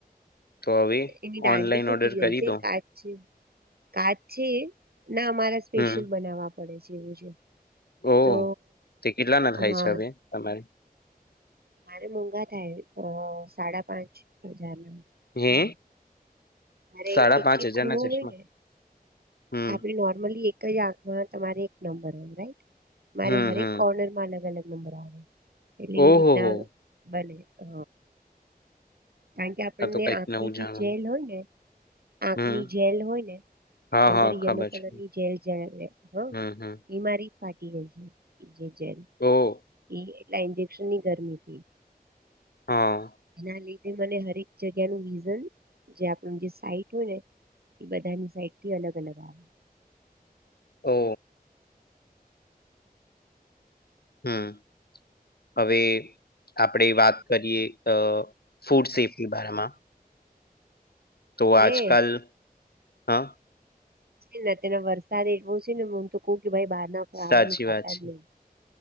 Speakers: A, on the left (about 85°); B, on the right (about 80°).
A: તો હવે
B: એની દાંડી
A: ઓનલાઈન
B: તૂટી
A: ઓર્ડર
B: ગઈ
A: કરી
B: છે.
A: દો
B: કાચ કાચ છે ના અમારે સ્પેશિયલ
A: હમ
B: બનાવવા પડે છે, એવું છે.
A: ઓ
B: તો
A: તે કેટલા ના થાય
B: હા
A: છે, હવે તમારે
B: મારે મોઘા થાય સાડા પાંચ હજાર ના
A: હે
B: મારે
A: સાડા
B: એક
A: પાંચ
B: એક
A: હજારના
B: ખૂણો
A: ચશ્મા
B: હોય, ને
A: હમ
B: આપણે નોર્મલી એક જ આંખમાં તમારે એક નંબર રાઈટ. મારે
A: હમ
B: હરેક
A: હમ
B: કોર્નર માં અલગ અલગ નબર આવે એટલે
A: ઓહો
B: એ રીતના
A: હો
B: બને હ કારણ કે આપણને
A: આ તો કઈક
B: આંખની
A: નવું જાણવાનું
B: જે જેલ હોયને, આંખની
A: હમ
B: જેલ હોય, ને
A: હા
B: અદર
A: હા ખબર
B: યલો કલર
A: છે
B: ની જેલ જ હ
A: હમ હમ
B: બિમારી ફાટી ગઈ છે. જેજેલ
A: ઓ
B: એ એટલા ઇન્જેક્શન ની ગરમી થી.
A: હા
B: એના લીધે મને હરેક, જગ્યાનુ વિઝન જે આપણું જે સાઈટ હોય ને એ બધાની સાઈટ થી અલગ અલગ આવે.
A: ઓ હમ્મ હવે આપણેે વાત કરીએ ફૂડ સેફ્ટી બારમા તો આજકાલ
B: ને
A: હા
B: ને અત્યારે વરસાદ એવો છેને, હમ તો કહ કે ભાઈ બહાર ના ખાવાનું
A: સાચી
B: ખાતા
A: વાત છે
B: જ નહી.